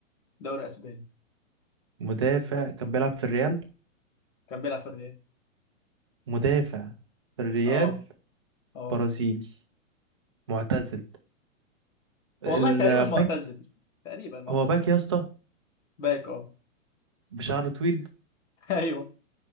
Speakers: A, on the left; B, on the right.
A: دوري اسباني
B: مدافع كان بيلعب في الريال
A: كان بيلعب في الريال
B: مدافع في الريال
A: اه اه
B: برازيلي معتزل
A: والله
B: الباك
A: تقريبا معتزل تقريبا معتزل
B: هو باك يا اسطى
A: باك اه
B: بشعر طويل
A: <laughs> ايوه